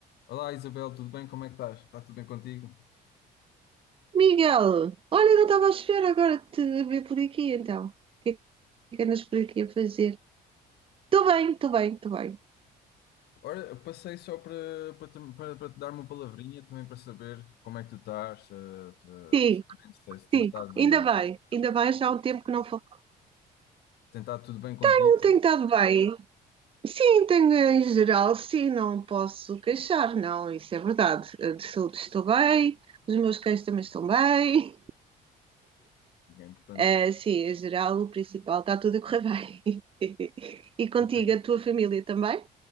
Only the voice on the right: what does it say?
Miguel, olha, eu não estava à espera agora de te ver por aqui, então. O que é que andas por aqui a fazer? Estou bem, estou bem, estou bem.
Sim,
sim,
ainda bem, ainda bem, já há um tempo que não falo.
Não tenho estado bem. Sim, tenho em geral, sim, não posso queixar, não, isso é verdade. Eh, De saúde estou bem, os meus cães também estão bem.
Eh, sim, em geral, o principal está tudo a correr bem. <laughs> E contigo,
a tua família também?